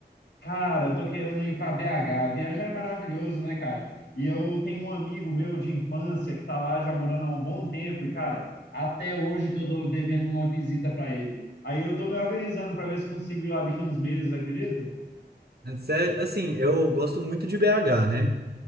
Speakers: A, on the left; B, on the right.
A: Cara, eu tô querendo ir para BH. Viajar é maravilhoso, né, cara? E eu tenho um amigo meu de infância que tá lá já morando há um bom tempo e, cara, até hoje tô do- devendo uma visita para ele. Aí eu tô me organizando para ver se consigo ir lá daqui uns meses, acredita?
B: Sério, assim, eu gosto muito de BH, né?